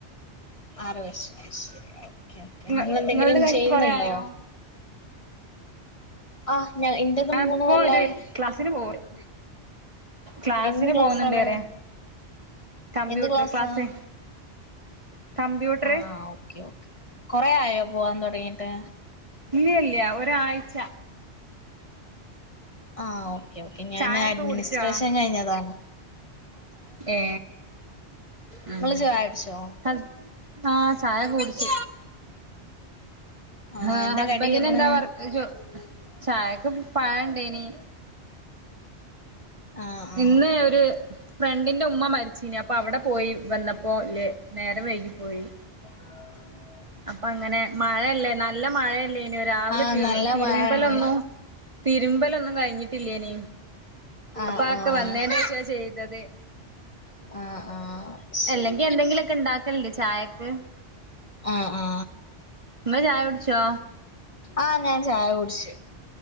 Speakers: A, on the left (about 30°); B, on the right (about 30°).
A: ആറ് വർഷം ശെരി ഓക്കെ ഓക്കേ
B: നിങ്ങ
A: നിങ്ങളേന്തെങ്കിലും
B: നിങ്ങളത് കഴിഞ്ഞിട്ട്
A: ചെയ്യുന്നുണ്ടോ
B: കൊറേ ആയോ
A: ആ ഞാ ഇന്റത്
B: ഞാൻ
A: മൂന്ന്
B: ഇപ്പൊ
A: കൊല്ലാവായി
B: ഒരു ക്ലാസ്സിന് പോവണ്ട് ക്ലാസ്സിന്
A: എന്ത് ക്ലാസ്
B: പോകുന്നുണ്ട്
A: ആണ്
B: പറയാ കമ്പ്യൂട്ടർ
A: എന്ത് ക്ലാസാ
B: ക്ലാസ് കമ്പ്യൂട്ടർ
A: ആ ഓക്കെ ഓക്കേ കൊറെ ആയോ പോവാൻ തുടങ്ങിട്ട്
B: ഇല്ലില്ല ഒരാഴ്ച
A: ആ ഓക്കെ ഓക്കെ ഞാന്
B: ചായൊക്കെ
A: അഡ്മിനിസ്ട്രേഷൻ
B: കുടിച്ചോ
A: കഴിഞ്ഞതാണോ
B: ഏ ഉം
A: ഇങ്ങള് ചായ കുടിച്ചോ
B: ആ ത ചായ കുടിച്ച
A: ആഹ്
B: ആ
A: എന്താ
B: ഹസ്ബന്റിനെന്താ
A: കടി വരുന്നെ
B: വർക്ക്‌ ജോ ചായക്ക് പഴ ഇണ്ടേനി
A: ആഹ് ആഹ്
B: ഇന്ന്
A: ഓക്കെ
B: ഒരു
A: ഓക്കെ
B: ഫ്രണ്ടിന്റെ ഉമ്മ മരിച്ചീനി അപ്പൊ അവിടെ പോയി വന്നപ്പോ ല്ലേ നേരം വൈകി പോയി
A: ആ
B: അപ്പൊ അങ്ങനെ മഴയല്ലേ നല്ല മഴയല്ലേനു രാവിലെ
A: ആഹ്
B: തി
A: നല്ല
B: തിരുമ്പലൊന്നു
A: മഴയാണ്
B: തിരുമ്പലൊന്നും കഴിഞ്ഞിട്ടില്ലേനി
A: ആഹ്
B: അപ്പൊ അതോക്കെ
A: ആഹ്
B: വന്നേന് ശേഷ ചെയ്തത്
A: ആഹ് ആഹ് ശരി
B: അല്ലെങ്കി എന്തെങ്കിലുമൊക്കെ ഉണ്ടാക്കല് ചായക്ക്
A: ആ ആ
B: ഇങ്ങള് ചായ കുടിച്ചോ
A: ആ ഞാൻ ചായ കുടിച്ച്